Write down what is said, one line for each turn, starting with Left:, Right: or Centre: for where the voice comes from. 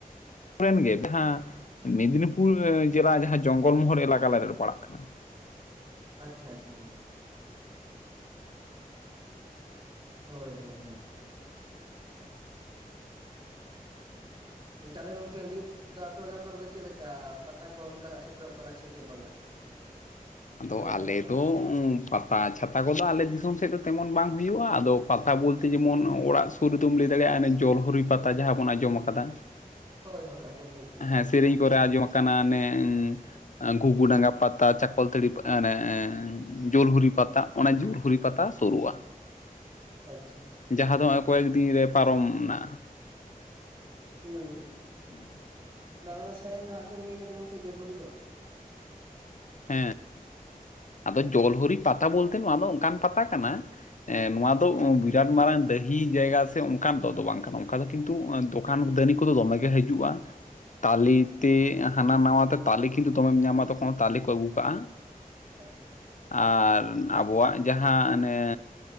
Left: ᱨᱮᱱ ᱜᱮ ᱡᱟᱦᱟᱸ ᱢᱮᱫᱽᱱᱤᱯᱩᱨ ᱡᱮᱞᱟ ᱡᱟᱦᱟᱸ ᱡᱚᱝᱜᱚᱞ ᱢᱚᱦᱚᱞ ᱮᱞᱟᱠᱟ ᱨᱮ ᱯᱟᱲᱟᱜ ᱠᱟᱱᱟ
Right: ᱟᱪᱪᱷᱟ ᱟᱪᱪᱷᱟ ᱦᱳᱭ ᱦᱳᱭ ᱦᱳᱭ ᱛᱟᱦᱞᱮ ᱜᱚᱝᱠᱮ ᱱᱤᱛ ᱟᱯᱮ ᱚᱱᱟ ᱠᱚᱨᱮ ᱫᱚ ᱪᱮᱫ ᱞᱮᱠᱟ ᱯᱟᱛᱟ ᱠᱚ ᱚᱝᱠᱟᱱᱟᱜ ᱥᱮᱴᱮᱨᱚᱜ ᱠᱟᱱᱟ ᱥᱮ ᱪᱮᱫ ᱵᱟᱝᱟ
Left: ᱟᱫᱚ
Right: ᱥᱮ ᱵᱟᱝ
Left: ᱟᱞᱮᱫᱚ
Right: ᱦᱩᱭᱩᱜᱼᱟ ᱟᱫᱚ
Left: ᱯᱟᱛ ᱟ ᱪᱷᱟᱛᱟ ᱠᱚᱫᱚ ᱟᱞᱮ ᱫᱤᱥᱚᱢ ᱥᱮᱫ ᱫᱚ ᱛᱮᱢᱚᱱ ᱵᱟᱝ ᱦᱩᱭᱩᱜᱼᱟ ᱟᱫᱚ ᱯᱟᱛᱟ ᱵᱚᱞᱛᱮ ᱡᱮᱢᱚᱱ ᱚᱲᱟᱜ ᱥᱩᱨ ᱨᱮ ᱫᱚᱢ ᱞᱟᱹᱭ ᱫᱟᱲᱮᱭᱟᱜᱼᱟ ᱦᱟᱱᱮ ᱡᱚᱞᱦᱚᱨᱤ ᱯᱟᱛᱟ ᱡᱟᱦᱟᱸ ᱵᱚᱱ ᱟᱸᱡᱚᱢ ᱟᱠᱟᱫᱟ
Right: ᱦᱳᱭ ᱦᱳᱭ ᱟᱸᱡᱚᱢ ᱦᱩᱭ ᱟᱠᱟᱱᱟ
Left: ᱦᱮᱸ ᱥᱮᱨᱮᱧ ᱠᱚᱨᱮ ᱟᱸᱡᱚᱢ ᱟᱠᱟᱱᱟ ᱚᱱᱮ ᱜᱩᱜᱩ ᱰᱟᱝᱜᱟ ᱯᱟᱛᱟ, ᱪᱟᱠ ᱠᱚᱞᱛᱟᱹᱲᱤ ᱟᱱᱮ ᱡᱳᱞᱦᱚᱨᱤ ᱯᱟᱛᱟ ᱚᱱᱟ ᱡᱩᱞᱦᱚᱨᱤ ᱯᱟᱛᱟ
Right: ᱦᱩᱸ
Left: ᱥᱩᱨᱩᱜᱼᱟ
Right: ᱟᱪᱪᱷᱟ ᱟᱪᱪᱷᱟ
Left: ᱡᱟᱦᱟᱸ ᱫᱚ ᱦᱚᱸᱜ-ᱚᱭ ᱠᱚᱭᱮᱠ ᱫᱤᱱ ᱨᱮ ᱯᱟᱨᱚᱢ ᱱᱟ᱾
Right: ᱦᱩᱸ ᱦᱩᱸ
Left: ᱦᱮᱸ
Right: ᱵᱟᱝᱞᱟ ᱥᱮᱨᱮᱧ ᱨᱮᱦᱚᱸ ᱟᱸᱡᱚᱢ ᱦᱩᱭ ᱟᱠᱟᱱᱟ ᱜᱚᱝᱠᱮ ᱡᱚᱞᱦᱚᱨᱤ ᱫᱚ᱾
Left: ᱦᱮᱸ ᱟᱫᱚ ᱡᱚᱞᱦᱚᱨᱤ ᱯᱟᱛᱟ ᱵᱚᱞᱛᱮ ᱱᱚᱣᱟ ᱫᱚ ᱚᱝᱠᱟᱱ ᱯᱟᱛᱟ ᱠᱟᱱᱟ ᱮᱸᱻ ᱱᱚᱣᱟ ᱫᱚ ᱵᱤᱨᱟᱴ ᱢᱟᱨᱟᱝ ᱰᱟᱹᱦᱤ ᱡᱟᱭᱜᱟ ᱥᱮ ᱚᱱᱠᱟᱟᱱ ᱫᱚ ᱫᱚ ᱵᱟᱝ ᱠᱟᱱᱟ, ᱚᱱᱠᱟ ᱫᱚ ᱠᱤᱱᱛᱩ ᱚᱱᱟ ᱫᱚᱠᱟᱱ ᱫᱟᱹᱱᱤ ᱠᱚᱫᱚ ᱫᱚᱢᱮᱜ ᱜᱮ ᱦᱤᱡᱩᱜᱼᱟ᱾
Right: <inaudible>
Left: ᱛᱟᱞᱮ ᱛᱮ ᱦᱟᱱᱟ ᱱᱟᱣᱟ ᱛᱮ ᱛᱟᱞᱮ ᱠᱤᱱᱛᱩ ᱫᱚᱢᱮᱢ ᱧᱟᱢᱟ ᱛᱚᱠᱷᱚᱱ ᱛᱟᱞᱮ ᱠᱚ ᱟᱹᱜᱩ ᱠᱟᱜᱼᱟ᱾
Right: ᱟᱪᱪᱷᱟ
Left: ᱟᱨ ᱟᱵᱚᱣᱟᱜ ᱡᱟᱦᱟᱸ ᱚᱱᱮ